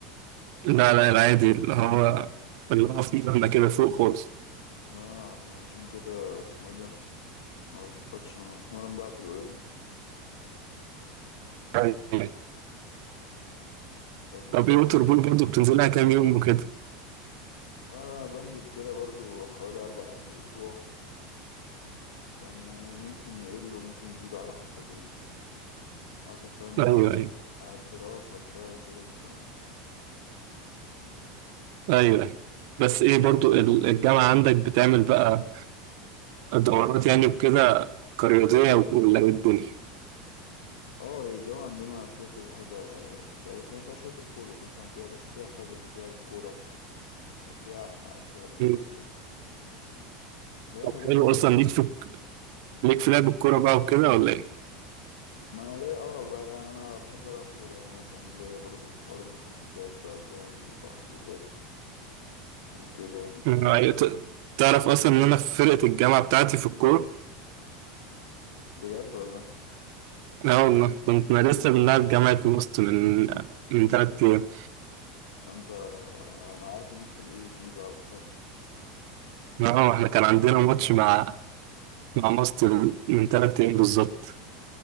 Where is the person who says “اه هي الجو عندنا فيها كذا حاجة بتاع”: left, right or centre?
Left